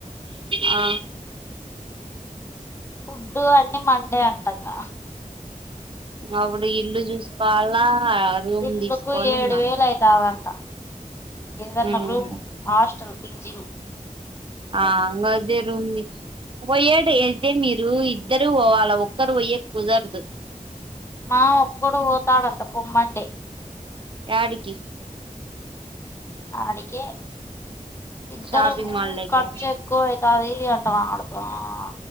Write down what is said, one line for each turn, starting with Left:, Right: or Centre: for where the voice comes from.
Right: ఆ
Left: ఫుడ్డు అన్ని మండే అంట అక్క
Right: అప్పుడు ఇల్లు చూసుకోవాలా రూమ్
Left: ఇల్లుకు
Right: తీసుకొని
Left: ఏడు
Right: ఉన్నా
Left: వేలు అయితాదంటా. ఏదన్నా
Right: ఉమ్
Left: రూమ్ హాస్టల్ పిజిలు
Right: ఆ గ అద్దె రూమ్ తీస్ పోయేడి అయితే మీరు ఇద్దరు పోవాళ ఒక్కరు పోయేది కుదరదు.
Left: మామ ఒక్కడు పోతాడంట పొమ్మంటే.
Right: యాడికి
Left: ఆడికే ఇద్దరము
Right: షాపింగ్ మాల్ లోకి
Left: ఖర్చు ఎక్కువ అయితాది అంటున్నాడు మామ.